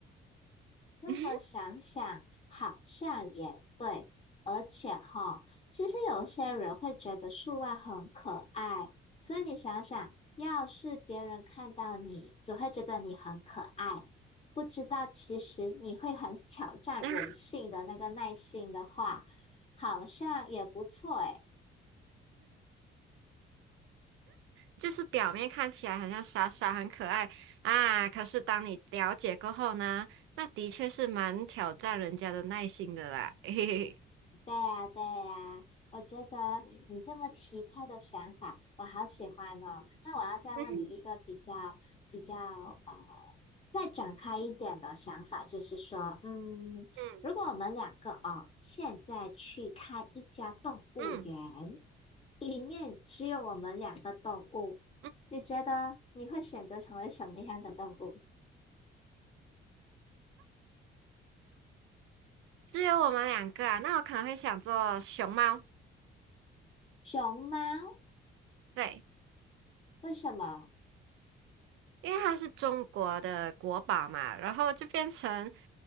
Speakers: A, on the left; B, on the right.
A: 那么想想好像也对，
B: <laughs>
A: 而且哈，其实有些人会觉得树懒很可爱，所以你想想，要是别人看到你，只会觉得你很可爱，不知道其实你会很挑战人性的那个耐性的话，
B: <laughs> 啊，
A: 好像也不错诶。
B: 就是表面看起来很像傻傻、很可爱啊，可是当你了解过后呢，那的确是蛮挑战人家的耐心的啦。<laughs> 嘿嘿嘿，
A: 对呀，对呀，我觉得你这么奇特的想法，我好喜欢哦。那我要再问你一个比较比较
B: 嗯
A: 呃，再展开一点的想法，就是说，嗯，
B: 嗯
A: 如果我们两个哦，现在去开一家动物园，
B: 嗯
A: 里面只有我们两个动物，
B: 嗯，
A: 你觉得你会选择成为什么样的动物？
B: 只有我们两个啊，那我可能会想做熊猫，
A: 熊猫？
B: 对，
A: 为什么？
B: 因为它是中国的国宝嘛，然后就变成